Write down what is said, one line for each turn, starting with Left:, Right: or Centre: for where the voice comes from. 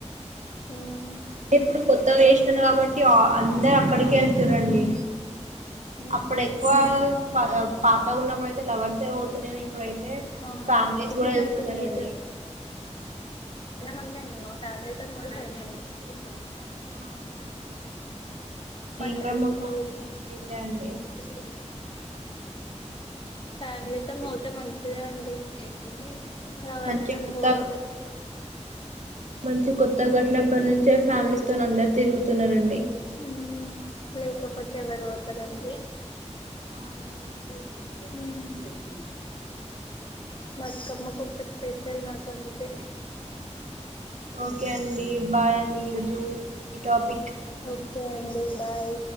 Left: హుం
Right: అంటే ఇప్పుడు కొత్త వేస్తున్నారు కాబట్టి అ అందరు అక్కడికే వెళ్తురండి
Left: ఉహు
Right: అప్పుడు ఎక్కువ పా పాత ఉన్నప్పుడయితే లవర్స్ ఏవ్ అవుతున్నాయని ఇప్పుడైతే
Left: ఆ
Right: ఫ్యామిలీస్
Left: ఇప్పుడు
Right: కూడా వెళ్తున్నారండి
Left: మంచిగా నీట్ ఉందండి మా ఫ్యామిలీతో నడిపోయింద
Right: అవునండి నేను
Left: పండలు
Right: కూడా మా
Left: ఇట్ల
Right: ఫ్యామిలీతో
Left: వేసి
Right: వెళ్ళిండే అండి
Left: ఉ ఫ్యామిలీ
Right: అవునండి.
Left: తోని పోతే మంచిది అండి ఏంది నావత్తని
Right: మంచి కొత్త
Left: పోవద్దు
Right: మంచి కొత్త కట్టినప్పటి నుంచే ఫ్యామిలీస్ తోని అందరు తిరుగుతున్నానండి
Left: ఊ లేకపోతే ఎవరు పోతారు అండి
Right: అవునండి
Left: బిపి హు బతుకమ్మ కొంచెం స్పెషల్ మాకు అంతే
Right: ఓకే అండి బై అండి ఈ టాపిక్
Left: ఓకే
Right: ముగిసిపోయింది
Left: అండి బాయ్